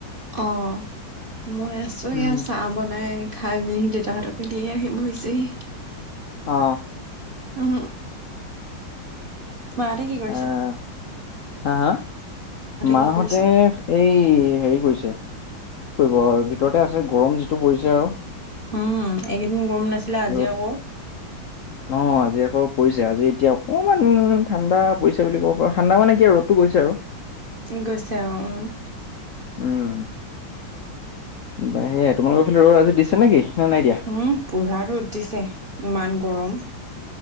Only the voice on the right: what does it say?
অ', মই আছোঁ
এয়া চাহ বনাই। খাই মেলি দেউতাহঁতকো দি আহি বহিছেহি।
<unintelligible> মাহঁতে কি কৰিছে।
কি কৰিছে
উম এইকেইদিন গৰম নাছিলে আজি
আকৌ
গৈছে আৰু উম
উম' পুৰা ৰ'দ দিছে ইমান গৰম।